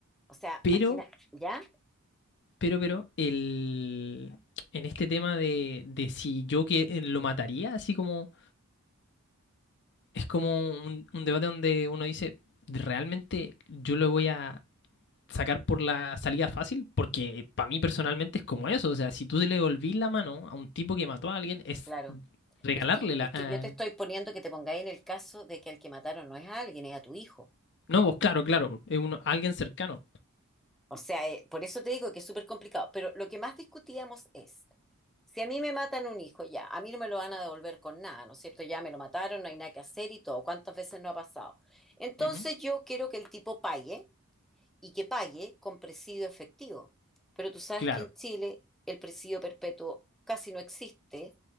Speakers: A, in the centre; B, on the left (about 50°).
A: o sea,
B: pero,
A: imagina, ¿ya?
B: pero, pero, el, en este tema de, de si yo que eh, lo mataría, así como, es como un, un debate donde uno dice, ¿realmente yo lo voy a sacar por la salida fácil? Porque para mí personalmente es como eso, o sea, si tú le devolvís la mano a un tipo que mató a alguien, es
A: Claro.
B: regalarle
A: Es que,
B: la...
A: es
B: al-
A: que yo te estoy poniendo que te pongáis en el caso de que al que mataron no es a alguien, es a tu hijo.
B: No, vos, claro, claro, es uno, alguien cercano.
A: O sea, eh, por eso te digo que es súper complicado. Pero lo que más discutíamos es... Si a mí me matan un hijo, ya, a mí no me lo van a devolver con nada, ¿no es cierto? Ya me lo mataron, no hay nada que hacer y todo. ¿Cuántas veces no ha pasado? Entonces
B: Ujú,
A: yo quiero que el tipo pague y que pague con presidio efectivo. Pero tú sabes
B: Claro.
A: que en Chile el presidio perpetuo casi no existe